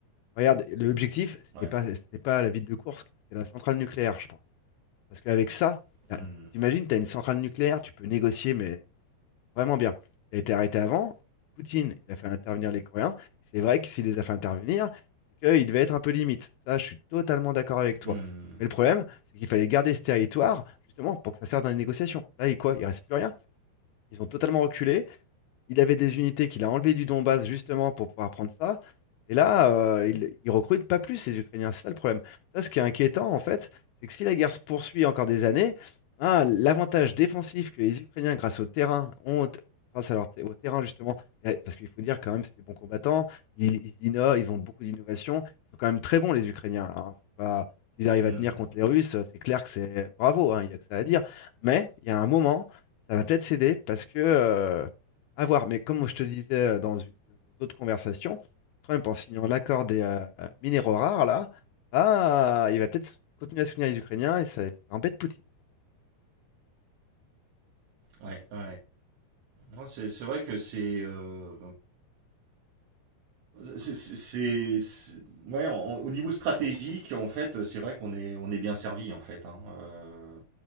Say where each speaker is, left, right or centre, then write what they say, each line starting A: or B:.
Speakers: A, on the left; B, on the right.
A: Regarde, l'objectif, c'était
B: ouais.
A: pas, c'était pas la ville de Kursk, c'était la centrale nucléaire, je pense. Parce qu'avec ça, là,
B: Mm,
A: t'imagines, t'as une centrale nucléaire, tu peux négocier, mais vraiment bien. Il a été arrêté avant, Poutine, il a fait intervenir les Coréens. et C'est vrai que s'il les a fait intervenir, c'est qu'il devait être un peu limite. Ça, je suis totalement d'accord avec toi.
B: mm,
A: Mais le problème, c'est qu'il fallait garder ce territoire, justement, pour que ça serve dans les négociations. Là, il quoi? Il reste plus rien. Ils ont totalement reculé, il avait des unités qu'il a enlevées du Donbass justement pour pouvoir prendre ça. Et là, euh, il, il recrute pas plus les Ukrainiens. C'est ça le problème. Ça, ce qui est inquiétant en fait, c'est que si la guerre se poursuit encore des années, hein, l'avantage défensif que les Ukrainiens, grâce au terrain, ont, grâce à leur te- au terrain justement, et- parce qu'il faut dire quand même, c'est des bons combattants. Ils, ils innovent, ils ont beaucoup d'innovation. Ils sont quand même très bons les Ukrainiens. hein. Faut pas, s'ils arrivent
B: mm,
A: à tenir contre les Russes, c'est clair que c'est bravo. hein, Il n'y a que ça à dire. Mais il y a un moment, ça va peut-être céder parce que euh, à voir, mais comme je te disais euh, dans une de nos autres conversations, Trump, en signant l'accord des euh, minéraux rares, là, ah, il va peut-être continuer à soutenir les Ukrainiens et ça, ça embête Poutine.
B: ouais. Ouais, ouais. C'est, c'est vrai que c'est. euh, C'est, c'est- c'est- ouais, on- au niveau stratégique, en fait, c'est vrai qu'on est, on est bien servi, en fait. hein. Euh,